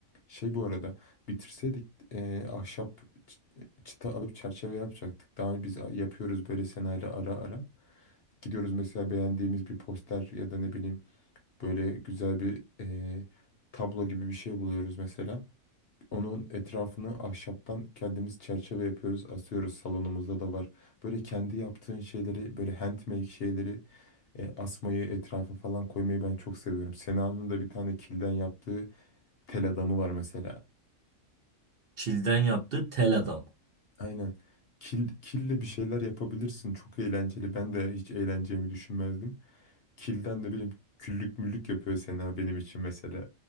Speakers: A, on the left; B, on the right.
A: Şey bu arada bitirseydik e, ahşap çı- çıta alıp çerçeve yapacaktık. Daha biz a- yapıyoruz böyle Sena'yla ara ara. Gidiyoruz mesela beğendiğimiz bir poster ya da ne bileyim böyle güzel bir e, tablo gibi bir şey buluyoruz mesela. Onun etrafını ahşaptan kendimiz çerçeve yapıyoruz, asıyoruz. Salonumuzda da var. Böyle kendi yaptığın şeyleri, böyle handmade şeyleri e, asmayı, etrafa falan koymayı ben çok seviyorum. Sena'nın da bir tane kilden yaptığı tel adamı var mesela.
B: Çilden yaptığı tel adam.
A: Aynen. Kil, kille bir şeyler yapabilirsin. Çok eğlenceli. Ben de hiç eğleneceğimi düşünmezdim. Kilden ne bileyim küllük müllük yapıyor Sena benim için mesela.